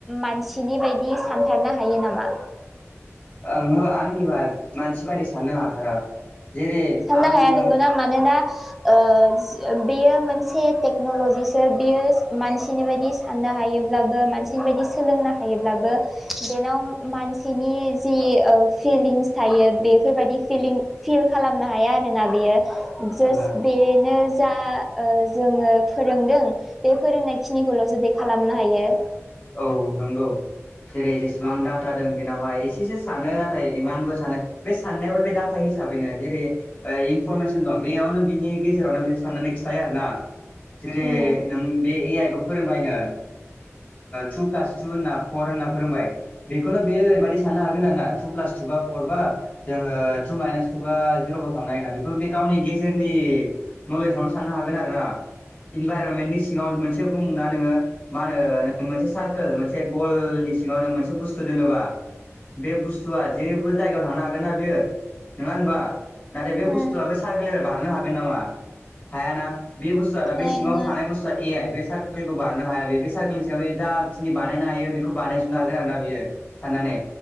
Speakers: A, in the centre; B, on the left.
A: मानसिनि बायदि सानथारनो हायो नामा?
B: ओंहो आंनिबा मानसि बादि साननो हाथारा जेरै
A: साननो
B: आंङो
A: हाया नंगौना मानोना ओ बेयो मोनसे मोनसे टेक्न'ल'जिसो बियो मानसिनि बायदि साननो हायोब्लाबो मानसिनि बायदि सोलोंनो हायो थायोब्लाबो बेनाव मानसिनि जि फिलिंस थायो बेफोर बायदि फिलिं फिल खालामनो हाया आरोना बियो जास
B: ओहो
A: बेनो जा जोंङो फोरोंदों बे फोरोंनाय खिनिखौल' जो बे खालामनो हायो ।
B: औ नंगौ जेरै जेसेबां डाटा दं बेनावहाय एसेसो सानो नाथाय इमानबो सानो बे साननायावबो बे डाटा हिसाबैनो जेरै इनफरमेसन दं बेयावनो बिनि गेजेरावनो बे साननानै खिथायो आरो ना जेरै
A: उम
B: नों बे ए आइ खौ फोरोंबायनो टु प्लास टु होनना फर होनना फोरोंबाय बेखौनो बेयो ओरैबायदि साननो हागोन आर ना टु प्लास टु बा फर बा जोंङो टु माइनास टु बा जिरबो खालामनो हायोना बेखौ बे गावनि गेजेरनि नलेजावनो साननो हागोन आरो ना इनभाइरनमेन्टनि सिङांव मोनसे बुंना नोंङो मा होनो मोनसे सारकोल मोनसे गलनि सिङांव नों मोनसे बुस्थु दोनोबा बे बुस्थुआ जेबो जायगायाव थांनो हागोन नना बेयो नंङा होनबा नाथाय बे
A: उम
B: बुस्थुआबो सारकेलनिफ्राय बारनो हागोन नामा हायाना बे बुस्थुआ आरो बे
A: हानाय
B: सिङांव
A: नङा
B: थानाय बुस्थुआ ए आइ बे सार्कोलखौ बारनो हाया बे सारकोल हिसाबै जा मसिनि बानायनो हायो बेखौ बानायजोबनो हागोन आरोना बियो साननानै